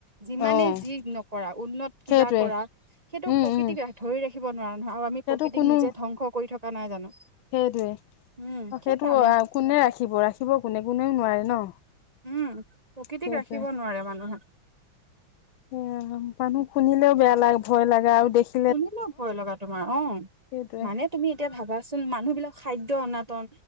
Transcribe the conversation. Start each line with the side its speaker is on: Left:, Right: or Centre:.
Right: যিমানে
Left: অ',
Right: যি নকৰা উন্নত কিবা
Left: সেইটোৱে
Right: কৰা সেইটো
Left: উম,
Right: প্ৰকৃতিক
Left: উম।
Right: ৰা ধৰি ৰাখিব নোৱাৰো নহয় আৰু আমি
Left: সেইটো
Right: প্ৰকৃতিক
Left: কোনো
Right: নিজে ধ্বংস কৰি থকা নাই জানো?
Left: সেইটোৱে তাকেটো
Right: উম সেইকাৰণে
Left: কোনে ৰাখিব ৰাখিব কোনে কোনেও নোৱাৰে ন।
Right: উম প্ৰকৃতিক
Left: সেইটোৱে
Right: ৰাখিব নোৱাৰে মানুহে।
Left: এয়া মানুহ শুনিলেও বেয়া লাগে ভয় লাগে আৰু দেখি
Right: শুনিলেও ভয় লগা তোমাৰ অ,
Left: সেইটোৱে
Right: মানে তুমি এতিয়া ভাবা চোন মানুহবিলাক খাদ্য অনাতন,